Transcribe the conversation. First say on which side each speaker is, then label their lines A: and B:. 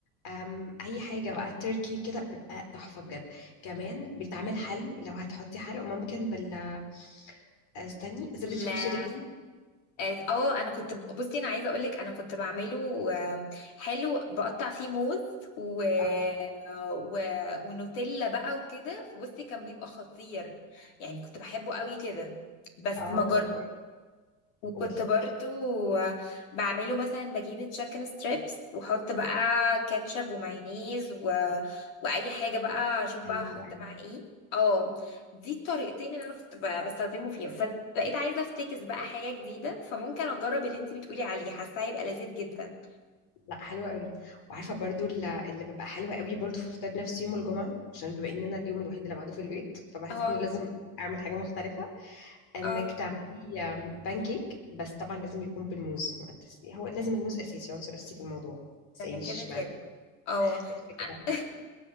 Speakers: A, on the left; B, on the left.
A: آم أي حاجة بقى تركي كده بتبقى تحفة بجد كمان بتعمل حلو لو هتحطي حلو ممكن بال آه، استني زبدة
B: لا
A: فول سوداني
B: اه آه، انا كنت بصي انا عايزه اقولك انا كنت بعمله آه، حلو بقطع فيه موز و...
A: أو
B: آه، و... ونوتيلا بقى وكده فبصي كان بيبقى خطير يعني كنت بحبه قوي كده بس
A: أو
B: ما وكنت
A: قولي
B: برضو بعمله مثلا بجيب تشيكن ستريبس واحط بقى كاتشب ومايونيز و... واي حاجه بقى اشوف بقى
A: أيوه
B: احط
A: أيوه
B: معاه ايه اه دي الطريقتين اللي انا كنت ب- بستخدمه فيها بس بقيت عايزه افتكس بقى حاجه جديده فممكن اجرب اللي انت بتقولي عليه حاساه هيبقى لذيذ جدا
A: لا حلوة قوي وعارفة برضو ال- اللي بيبقى حلو قوي برضو في فطار نفسي يوم الجمعة عشان بما إن أنا اليوم الوحيد اللي بعده في البيت فبحس
B: اه
A: إنه لازم أعمل حاجة مختلفة انك
B: اه
A: تعملي بانكيك بس طبعا لازم يكون بالموز ما تس... هو لازم الموز اساسي عنصر اساسي في الموضوع تسألينيش
B: أنا كده
A: اشمعنى
B: كده اه
A: كده كده
B: أ-